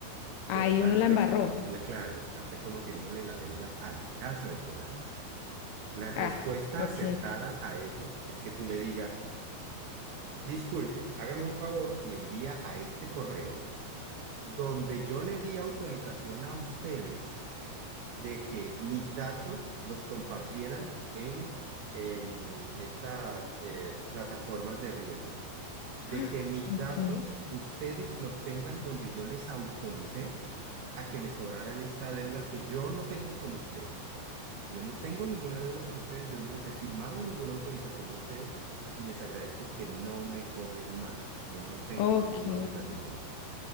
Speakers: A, on the right; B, on the left.
A: ya
B: Ahí
A: estás,
B: uno la
A: re-
B: embarró.
A: la- claro, estás reconociéndole la deuda a la casa de cobranza. La respuesta
B: Ah, ok.
A: acertada a eso es que tú le digas, Disculpe, hágame un favor, me envía a este correo donde yo le di autorización a ustedes de que mis datos los compartieran en, en estas eh, plataformas de riesgo de
B: ah,
A: que mis
B: Ok.
A: datos ustedes los tengan donde yo les autoricé a que me cobraran esta deuda que yo no tengo con ustedes. Yo no tengo ninguna deuda con ustedes, yo no les he firmado ninguna autorización a ustedes y les agradezco que no me cobren más. Yo no tengo
B: Ok.
A: ninguna obligación con ustedes.